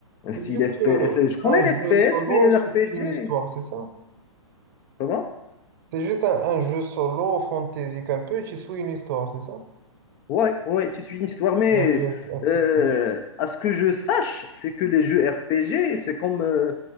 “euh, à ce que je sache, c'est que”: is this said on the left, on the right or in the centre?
Left